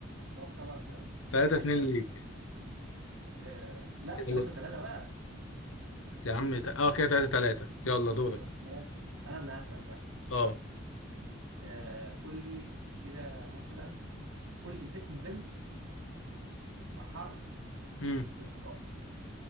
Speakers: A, on the right; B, on the left.
A: طب خلاص يلا
B: تلاتة اتنين
A: كده
B: ليك
A: آه... لا
B: يلا
A: 3 3 بقى
B: يا عم ت- اه كده تلاتة تلاتة يلا دورك
A: ثلاثة ثلاثة أنا اللي هسأل بقى
B: اه
A: آه قول لي كده مثلا قول لي اسم بنت بحرف
B: امم
A: الظاء